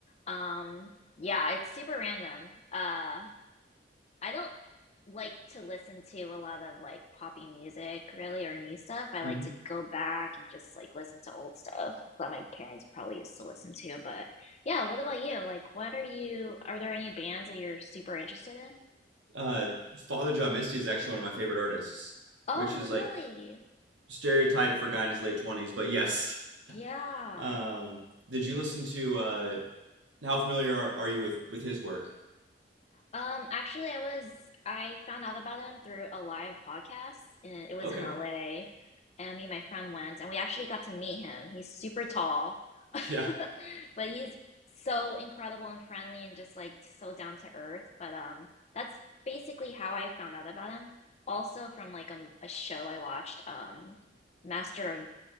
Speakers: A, on the left; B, on the right.
A: Um, yeah, it's super random. Uh, I don't like to listen to a lot of like poppy music really or new stuff. I
B: hmm
A: like to go back and just like listen to old stuff that my parents probably used to listen to. But yeah, what about you? Like, what are you, are there any bands that you're super interested in?
B: Uh, Father John Misty is actually one of my favorite artists,
A: Oh,
B: which is
A: really?
B: like stereotype for a guy in his late 20s, but yes.
A: Yeah.
B: Um, did you listen to uh, how familiar are, are you with, with his work?
A: Um, actually, I was I found out about him through a live podcast, and it was
B: Okay.
A: in LA. And me and my friend went, and we actually got to meet him. He's super tall,
B: Yeah.
A: <laughs> but he's so incredible and friendly, and just like so down to earth. But um, that's basically how I found out about him. Also from like a, a show I watched, um, Master of